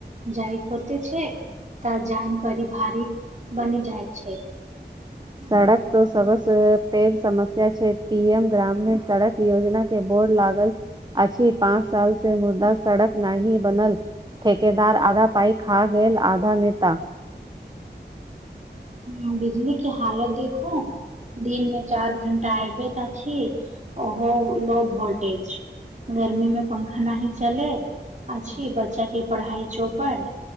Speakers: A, on the right; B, on the right.
A: जाइके होते छै तऽ जान परी भारी बनि जाइ छै
B: सड़क त सब पैघ समस्या छै पी एम ग्रामीण सड़क योजना के बोर्ड लागल अछी पाँच साल से मुद्दा सड़क नहीं बनल ठेकेदार आधा पइ खा गेल आधा नेता
A: ह बिजली की हालत देखू दिन मे चार घंटा अऐबैत अछि ओहो लो वोल्टेज गर्मी में पंखा नहि चलैत अछि बच्चा के पढ़ाई चौपट